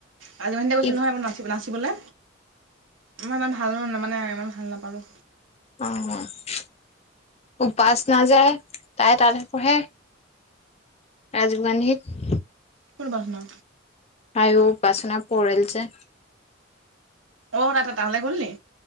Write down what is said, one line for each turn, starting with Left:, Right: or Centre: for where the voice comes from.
Right: ৰাজীৱ গান্ধীলৈ নহয়
Left: ই
Right: ম নাচিব-নাচিবলে, মই ইমান ভাল মানে ইমান ভাল নাপালোঁ।
Left: অহ', উপষ্ণা যে তাই তাতহে পঢ়ে। ৰাজীৱ গান্ধীত।
Right: কোন উপষ্ণা?
Left: আয়ু উপষ্ণা পৰেল যে।
Right: অ', তাই তালে গ'ল নি?